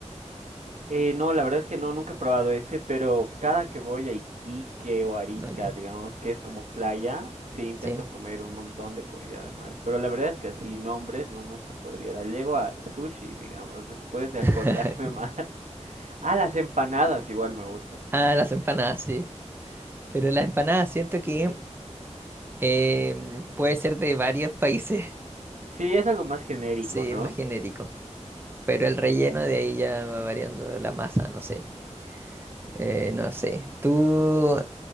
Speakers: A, on the right (about 75°); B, on the right (about 20°).
A: Eh, no, la verdad es que no, nunca he probado ese, pero cada que voy a Iquique o Arica,
B: Ok,
A: digamos que es como playa, sí intento
B: Sí.
A: comer un montón de comida de mar. Pero la verdad es que así nombres no, no te podría dar. Llego a sushi, digamos, después de acordarme
B: <laughs>
A: <laughs> más. Ah, las empanadas igual me gustan.
B: Ah, las empanadas, sí. Pero las empanadas siento que em, puede ser de varios países. <laughs>
A: Sí, es algo más genérico,
B: Sí,
A: ¿no?
B: es más genérico. Pero el relleno de ahí ya va variando la masa, no sé. Eh, no sé. Tú,